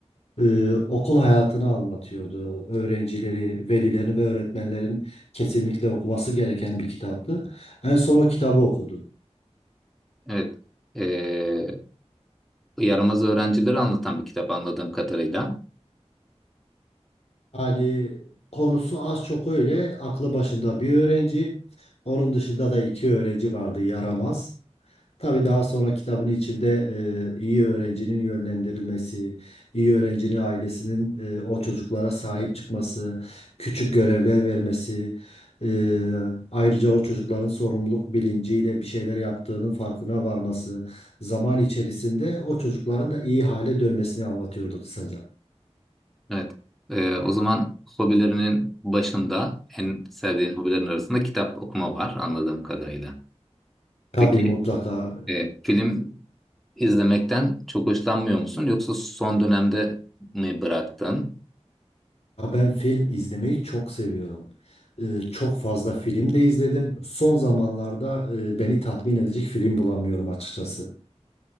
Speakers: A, on the left (about 65°); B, in the centre.
A: Ee, okul hayatını anlatıyordu. Öğrencileri, velilerin ve öğretmenlerin kesinlikle okuması gereken bir kitaptı. En son o kitabı okudum.
B: Evet. Ee, yaramaz öğrencileri anlatan bir kitap anladığım kadarıyla.
A: Hani konusu az çok öyle. Aklı başında bir öğrenci. Onun dışında da iki öğrenci vardı yaramaz. Tabii daha sonra kitabın içinde e, iyi öğrencinin yönlendirilmesi, iyi öğrencinin ailesinin e, o çocuklara sahip çıkması, küçük görevler vermesi, e, ayrıca o çocukların sorumluluk bilinciyle bir şeyler yaptığının farkına varması, zaman içerisinde o çocukların da iyi hale dönmesini anlatıyordu kısaca.
B: Evet. Ee, o zaman hobilerinin başında en sevdiğin hobilerin arasında kitap okuma var anladığım kadarıyla.
A: Tabii
B: Peki
A: mutlaka
B: e, film izlemekten çok hoşlanmıyor musun? Yoksa son dönemde mi bıraktın?
A: Ya ben film izlemeyi çok seviyorum. Ee, çok fazla film de izledim. Son zamanlarda e, beni tatmin edecek film bulamıyorum açıkçası.